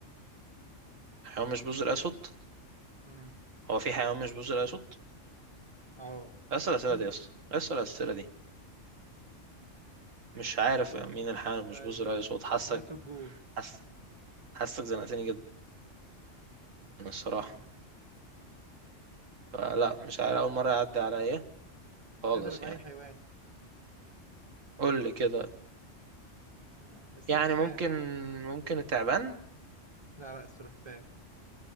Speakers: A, on the right (about 85°); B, on the right (about 25°).
A: حيوان مش بذر أسود
B: مم.
A: هو في حيوان مش بيصدر اي صوت
B: آه
A: اسال
B: <laughs>
A: الاسئله دي يا اسطى اسال الاسئله دي مش عارف مين الحيوان اللي
B: سؤال
A: مش بيصدر اي صوت حاسك
B: سؤال في الجون
A: حس حاسك زنقتني جدا الصراحه
B: مم.
A: فلا مش عارف اول مره يعدي عليا خالص
B: اضرب
A: يعني
B: أي حيوان
A: قول لي كده
B: آه، السلحفاة
A: يعني ممكن ممكن التعبان
B: لا لا السلحفاة